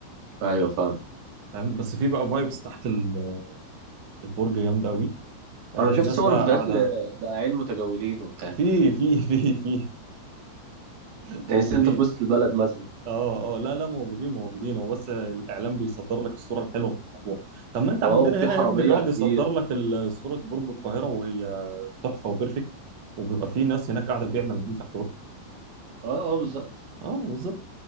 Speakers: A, on the right (about 65°); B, on the right (about 85°).
A: ايوه فاهم
B: فاهم بس في بقى فايبس تحت ال- البرج جامده قوي آه
A: انا شفت
B: ناس
A: صور
B: بقى
A: وفيديوهات
B: قاعده
A: لبقاعين متجولين وبتاع
B: في في في في موجودين
A: تحس انت في وسط البلد مثلا
B: اه اه لا لا موجودين موجودين هو بس الاعلام بيصدر لك الصوره الحلوه من الموضوع طب ما انت
A: اه
B: عندنا
A: وفي
B: هنا
A: حراميه
B: يا ابني بيقعد
A: كتير
B: يصدر
A: و...
B: لك ال- صوره برج القاهره وهي تحفه وبيرفكت وبيبقى في ناس هناك قاعده بيعمل دي تحت برج
A: اه اه بالظبط
B: اه بالظبط